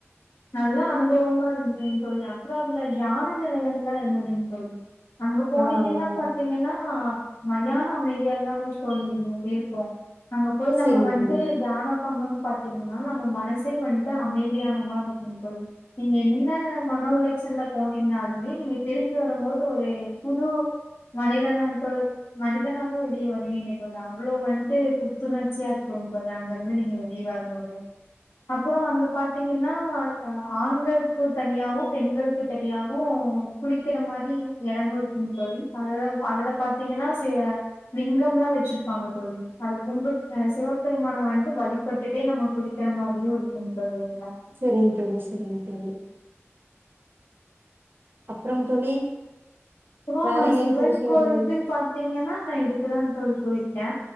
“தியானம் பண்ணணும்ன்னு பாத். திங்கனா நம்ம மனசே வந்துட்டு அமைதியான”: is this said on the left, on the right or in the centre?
Left